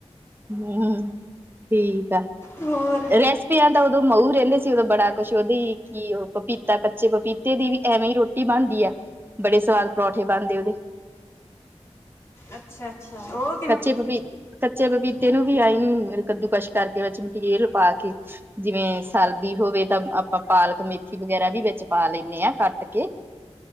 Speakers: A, on the right; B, on the left.
A: ਹਾਮ, ਠੀਕ ਆ,
B: ਹੋਰ
A: ਰੈਸਪੀਆਂ ਤਾਂ ਉਦੋਂ ਮਊ ਰਹਿੰਦੇ ਸੀ, ਉਦੋਂ ਬੜਾ ਕੁਛ ਉਹਦੇ ਕਿ ਉਹ ਪਪੀਤਾ ਕੱਚੇ ਪਪੀਤੇ ਦੀ ਵੀ ਐਵੇਂ ਹੀ ਰੋਟੀ। ਰੋਟੀ ਬਣਦੀ ਆ ਬੜੇ ਸਵਾਦ ਪਰੌਠੇ ਬਣਦੇ ਉਹਦੇ,
B: ਅੱਛਾ ਅੱਛਾ, ਹੋਰ
A: ਕੱਚੇ ਪਪੀ, ਕੱਚੇ ਪਪੀਤੇ ਨੂੰ ਵੀ ਆਈ ਕੱਦੂਕਸ਼ ਕਰਕੇ ਵਿੱਚ ਮਟੀਰੀਅਲ ਪਾ ਕੇ। ਜਿਵੇਂ ਸਰਦੀ ਹੋਵੇ ਤਾਂ ਆਪਾਂ ਪਾਲਕ, ਮੇਥੀ ਵਗੈਰਾ ਵੀ ਵਿੱਚ ਪਾ ਲੈਂਦੇ ਹਾਂ ਕੱਟ ਕੇ।